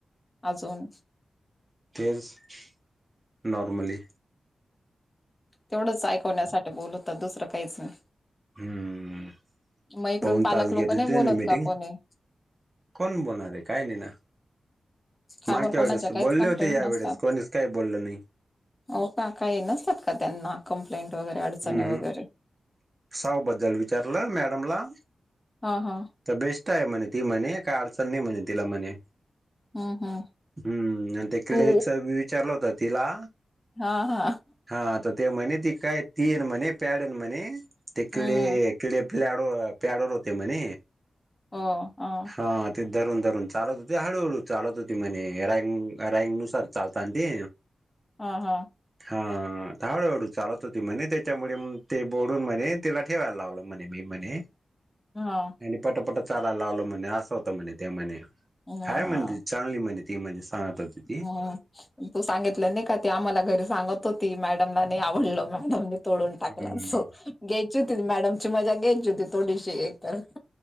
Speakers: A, on the left; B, on the right.
A: अजून
B: तेच नॉर्मली.
A: तेवढंच ऐकवण्यासाठी बोलवतात दुसरं काहीच नाही.
B: हम्म. हम्.
A: मग इकडून
B: पाऊण
A: पालक
B: तास घेतले
A: लोक नाही
B: ते
A: बोलत
B: नी मीटिंग
A: का कोणी
B: कोण बोलणार आहे काय नाही ना.
A: का
B: मागच्या्
A: बर कोणाच्या
B: वेळेस
A: काहीच
B: बोलले
A: कंप्लेंट
B: होते या
A: नसतात
B: वेळेस कोणीच काही बोललं नाही.
A: हो का काही नसतात का त्यांना कंप्लेंट वगैरे अडचणी
B: हम् हम
A: वगैरे.
B: साव बद्दल विचारलं मॅडमला.
A: हा हा.
B: तर बेस्ट आहे म्हणे ती म्हणे काय अडचण नाही म्हणे तिला म्हणे.
A: हम्म हम्म
B: हम्म आणि ते कलेची
A: तू
B: विचारलं होत तिला.
A: हा हा.
B: हा तर ते म्हणे ती काय तीन म्हणे प्याडन म्हणे तिकडे
A: हम्म
B: किडे प्याडो प्याडो र होते म्हणे.
A: हो हा.
B: हा ते धरून धरून चालत होते हळूहळू चालत होते म्हणे रँग रँग नुसार चालताना ते.
A: हा हा.
B: हा हाळू हळू चालत होती. ते म्हणे त्याच्यामुळे ते बोडून म्हणे तिला ठेवायला लावलं म्हणे मी म्हणे.
A: हा.
B: आणि पटापट चालायला लावल म्हणे असं होतं म्हणे ते म्हणे
A: हा
B: हाय म्हण चांगली म्हणे ती म्हणे सांगत ती
A: हम. तू सांगितलं नाही का ते आम्हाला घरी सांगत होती मॅडमला नाही आवडलं मॅडमने तोडून टाकला
B: हम्म
A: सो घ्यायची होती मॅडमची मजा घ्यायची होती थोडीशी एक तर